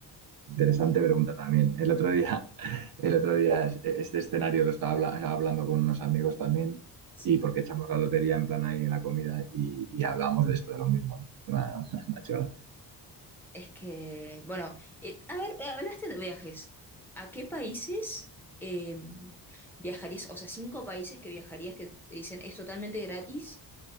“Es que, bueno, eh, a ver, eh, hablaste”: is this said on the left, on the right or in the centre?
Centre